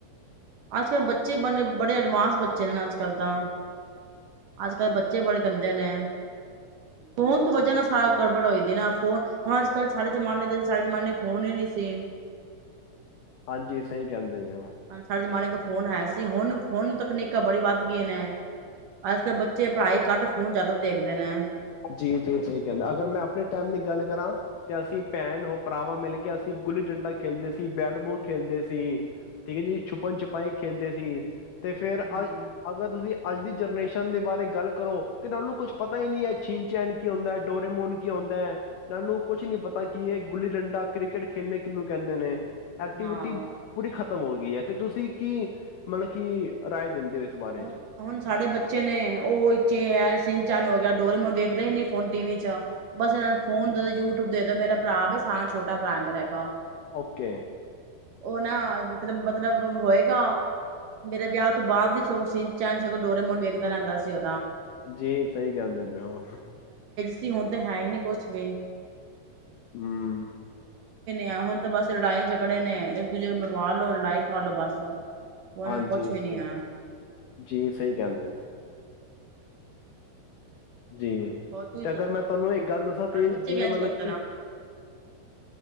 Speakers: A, on the right (about 65°); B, on the left (about 80°).
A: ਅੱਜ ਕੱਲ੍ਹ ਬੱਚੇ ਬਨੇ ਬੜੇ ਐਡਵਾਂਸ ਬੱਚੇ ਨੇ ਅੱਜ ਕੱਲ੍ਹ ਤਾਂ ਅੱਜ ਕੱਲ੍ਹ ਬੱਚੇ ਬੜੇ ਗੰਦੇ ਨੇ ਫੋਨ ਤੋਂ ਵਜ੍ਹਾ ਨਾਲ ਸਾਰ ਗੜਬੜ ਹੋਈ ਦੀ ਨਾ ਫੋਨ ਹੁਣ ਅੱਜ ਕੱਲ੍ਹ ਸਾਰੇੇ ਜ਼ਮਾਨੇ ਦੇ ਸਡੇ ਜ਼ਮਾਨੇ ਫੋਨ ਹੀ ਨਈ ਸੀ।
B: ਹਾਂਜੀ। ਸਈ ਕਹਿੰਦੇ ਪੇ ਓ।
A: ਹਾਂ। ਸਾਡੇ ਜਮਾਨੇ ਗ। ਫੋਨ ਹੈ ਸੀ। ਹੁਣ- ਹੁਣ ਤਕਨੀਕਾਂ ਬੜੀ ਵੱਧ ਗਈਆਂ ਨੇ। ਅੱਜ ਕੱਲ੍ਹ ਬੱਚੇ ਪੜ੍ਹਾਈ ਘੱਟ ਫੋਨ ਜ਼ਿਆਦਾ ਦੇਖਦੇ ਨੇ।
B: ਜੀ-ਜੀ, ਸਈ ਕਹਿੰਦਾ ਅਗਰ ਮੈਂ ਆਪਣੇ ਟੈਮ ਦੀ ਗੱਲ ਕਰਾਂ ਤੇ ਅਸੀਂ ਭੈਣ ਹੋ ਭਰਾਵਾਂ ਮਿਲ ਕੇ ਅਸੀਂ ਗੁੱਲੀ ਡੰਡਾ ਖੇਲਦੇ ਸੀ, ਬੈਟਬੋਲ ਖੇਲਦੇ ਸੀ, ਠੀਕ ਹੈ ਜੀ ਛੁਪਣ ਛੁਪਾਈ ਖੇਲਦੇ ਸੀ। ਤੇ ਫੇਰ
A: ਹੂੰ
B: ਅੱਜ ਅਗਰ ਤੁਸੀਂ ਅੱਜ ਦੀ ਜਰਨੇਸ਼ਨ ਦੇ ਬਾਰੇ ਗੱਲ ਕਰੋ ਤੇ ਉਨ੍ਹਾਂ ਨੂੰ ਕੁੱਛ ਪਤਾ ਈ ਨਈ ਐ। ਸ਼ੀਨ ਸ਼ੇਨ ਕੀ ਹੁੰਦਾ, ਡੋਰੇਮੋਨ ਕੀ ਹੁੰਦੇ, ਇਹਨਾਂ ਨੂੰ ਕੁਛ ਨੀ ਪਤਾ ਕਿ ਇਹ ਗੁੱਲੀ ਡੰਡਾ, ਕ੍ਰਿਕਟ ਖੇਲਣੇ ਕਿਨੂੰ ਕਹਿੰਦੇ ਨੇ। ਐਕਟੀਵਿਟੀ
A: ਹਾਂ
B: ਪੂਰੀ ਖ਼ਤਮ ਹੋ ਗਈ ਐ ਤੇ ਤੁਸੀਂ ਕੀ ਮਲਕ ਕੀ ਰਾਏ ਦਿੰਦੇ ਹੋ ਇਸ ਬਾਰੇ
A: ਹੁਣ
B: ਚ
A: ਹੁਣ ਸਾਡੇ ਬੱਚੇ ਨੇ ਉਹ ਇ ਚੇ ਐ ਸਿੰਨਚੈਨ ਹੋ ਗਿਆ। ਡੋਰੀ ਮੋਨ ਦੇਖਦੇ ਈ ਨੀ ਹੋਨ ਟੀ ਵੀ ਚ ਬਸ ਏਨਾ ਨੂੰ ਫੋਨ ਦੇ ਦੋ ਯੂਟੁਬ ਦੇ ਦੋ ਮੇਰਾ ਭਰਾ ਵੇ ਸਾਰਾ ਛੋਟਾ ਭਰਾ ਏ ਮੇਰਾ ਇਕ
B: ਓਕੇ।
A: ਉਨਾ ਮਤਲਬ-ਮਤਲਬ ਹੋਏਗਾ ਮੇਰੇ ਵਿਆਹ ਤੋਂ ਬਾਅਦ ਵਿੱਚ ਸਗੋਂ ਸਿੰਨ ਚੇਣ ਸਗੋ ਡਰੇਮੋਨ ਵੇਖਦਾ ਰਹਦਾ ਸੀ ਉ,।
B: ਜੀ ਸਹੀ ਕਹਿੰਦੇ ਪੇ ਓ।
A: ਜੀ ਹੁਣ ਤੇ ਹੈ ਈ ਨੀ ਕੁਛ ਵੀ।
B: ਹਮ।
A: ਆ ਹੁਣ ਤਾਂ ਬਸ ਲੜਾਈ ਝਗੜੇ ਨੇ ਇੱਕ ਦੂਜੇ ਮਰਵਾ ਲੋ ਲੜਾਈ ਕਾ ਲੋ ਬਸ। ਉਏ
B: ਹਾਂਜੀ
A: ਕੁਛ
B: ਸਹੀ
A: ਵੀ ਨੀ ਆ।
B: ਜੀ ਸਹੀ ਕਹਿੰਦੇ ਓ। ਜੀ
A: ਹੋਰ ਤੁਸੀਂ
B: ਤੇ ਅਗਰ
A: ਦੱਸੋ
B: ਮੈਂ ਤੁਹਾਨੂੰ ਇੱਕ ਗੱਲ ਦੱਸਾਂ
A: ਤੁਹਾਡੇ
B: ਤੇ
A: ਬੱਚੇ
B: ਜਿਵੇਂ
A: ਵੀ ਇੰਝ
B: ਮਤਲ
A: ਕਰਦੇ
B: ਕਿ
A: ਨੇ